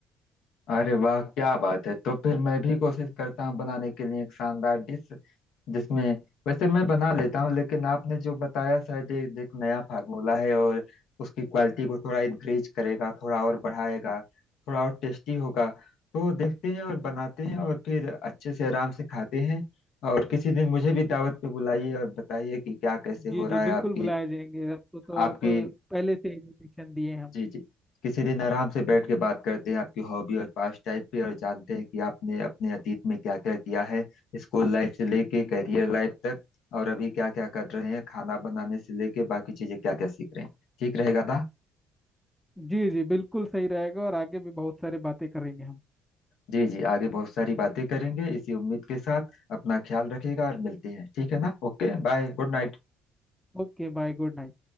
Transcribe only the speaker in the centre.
जी
जी
बिल्कुल
बुलाए जाएंगे आपको तो
अ, पहले से इन्विटेशन दिए हैं हम
जी जी बिल्कुल सही रहेगा और आगे भी बहुत सारी बातें करेंगे हम
Okay bye good night